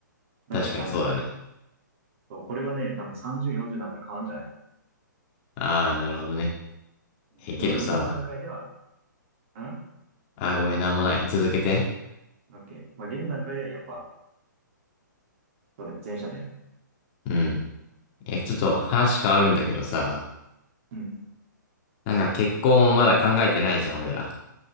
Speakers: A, on the right; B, on the left.
A: だからなんか、
B: 確かにそうだね。
A: そう、これはね、多分30、40になったら変わんじゃない。
B: ああ、なるほどね。
A: うん、
B: え、けどさ、
A: まあでも現段階では、ん
B: ああ、ごめん、なんもない。続けて。
A: ?OK。まあ現段階ではやっぱ、そうだよね、前者だよね。
B: うん。え、ちょっと話変わるんだけどさ、
A: うん、
B: なんか結婚をまだ考えてないじゃん、俺ら。